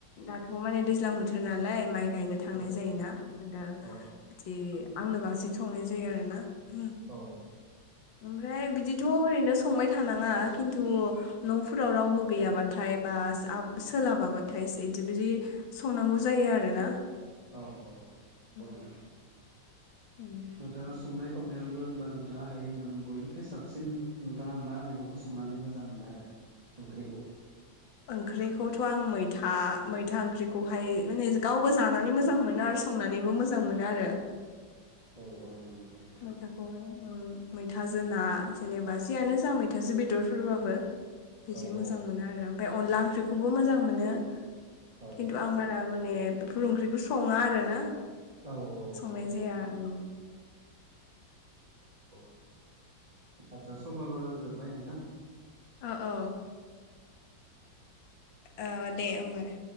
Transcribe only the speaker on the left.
दाथ' माने दैज्लां बोथोर नालाय माइ गायनो थांनाय
जायोना दा
बिदि आंनो बांसिन संनाय जायो आरोना उम
ओमफ्राय बिदिथ' ओरैनो संबाय थानाङा खिन्थु न'फोराव रावबो गैयाबाथाय बा आ सोलाबाबाथाय इदि बिदि संनांगौ जायो आरोना
औ
उम
ओंख्रिखौथ' आं मैथा मैथा ओंख्रिखौहाय माने गावबो जानानै मोजां मोनो आरो संनानैबो मोजां मोनो आरो
मैथाखौ उम मैथाजो ना जेनेबा जियानो जा मैथाजों बेदरफोरबाबो बिदि
मोजां
मोनो आरो ओमफ्राय अनला ओंख्रिखौबो मोजां मोनो
खिन्थु आं बारा माने बेफोर ओंख्रिखौ सङा आरोना
संनाय
जाया उम
औ औ ओ दे ओमबा दे